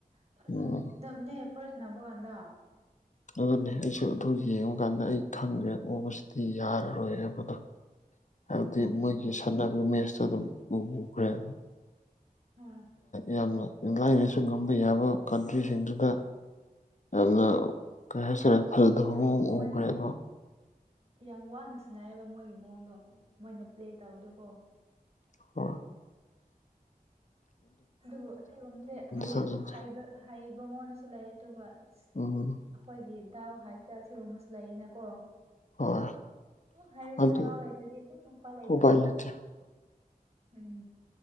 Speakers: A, on the left; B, on the right.
A: ꯎꯝ
B: ꯐꯖ ꯗꯝꯅꯦ ꯄꯔꯁꯅꯥꯕ ꯀꯥꯟꯗꯥ
A: ꯑꯗꯨꯅꯦ ꯑꯩꯁꯨ ꯌꯦꯡꯕ ꯑꯗꯨ ꯀꯥꯟꯗ ꯑꯩ ꯈꯪꯈ꯭ꯔꯦ ꯎꯕꯁꯤꯗꯤ ꯌꯥꯔꯔꯣꯏ ꯍꯥꯏꯕꯗꯣ ꯍꯥꯏꯕꯗꯤ
B: ꯎꯝ
A: ꯃꯣꯏꯒꯤ ꯁꯥꯟꯅꯕꯒꯤ ꯃꯦꯁꯇꯨ ꯑꯗꯨꯝ ꯎ ꯎꯈ꯭ꯔꯦꯕ
B: ꯍꯣꯏ
A: ꯌꯥꯝꯅꯅꯨꯡ ꯂꯥꯏꯅꯁꯨ ꯉꯝꯕ ꯌꯥꯕ ꯀꯟꯇ꯭ꯔꯤꯁꯤꯡꯗꯨꯗ ꯌꯥꯝꯅ ꯀꯩ ꯍꯥꯏꯁꯔꯦ ꯐꯗꯕ
B: ꯌꯥꯝ
A: ꯃ ꯑꯃ
B: ꯃꯣꯏꯅ
A: ꯎꯈ꯭ꯔꯦꯕ
B: ꯌꯥꯝ ꯋꯥꯅꯁꯨꯅꯥꯏꯌꯦꯕ ꯃꯣꯏꯒꯤ ꯃꯑꯣꯡꯗꯣ ꯃꯣꯏꯅ ꯄ꯭ꯂꯦ ꯇꯧꯕꯗꯣꯀꯣ
A: ꯍ
B: ꯑꯗꯨꯕꯨ ꯑꯁꯤꯒꯨꯝꯕꯁꯦꯕꯕ
A: ꯊꯥꯖꯗꯦ
B: ꯍꯩꯕꯉꯣꯟꯅꯁꯨ ꯂꯩ ꯑꯗꯨꯒ ꯑ
A: ꯎꯝ
B: ꯑꯩꯈꯣꯏꯒꯤ ꯗꯥꯎ ꯍꯥꯏꯁꯤꯔ ꯁꯤꯒꯨꯝꯕꯁꯨ ꯂꯩꯅꯀꯣ
A: ꯍꯣꯏ
B: ꯍꯥꯏꯔꯁꯨ
A: ꯑꯗꯨ
B: ꯗꯥꯎ ꯂꯩꯇꯗꯤ ꯑꯗꯨꯝ ꯃꯄꯥꯟ ꯂꯩꯇꯕꯅꯦ
A: ꯎꯄꯥꯏ ꯂꯩꯇꯦ
B: ꯎꯝ